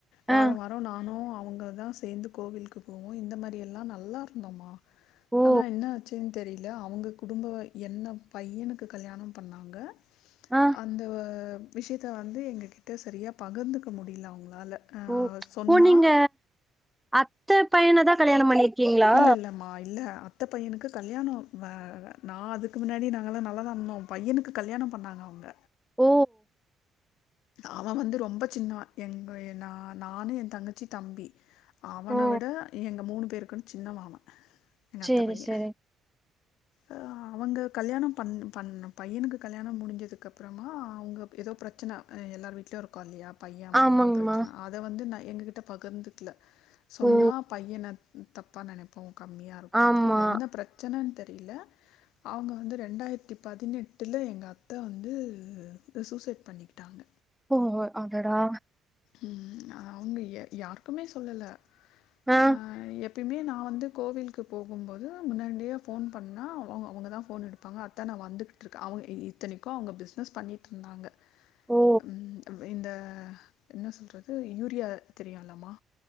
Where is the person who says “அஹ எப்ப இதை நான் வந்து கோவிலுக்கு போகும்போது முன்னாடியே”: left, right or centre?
Left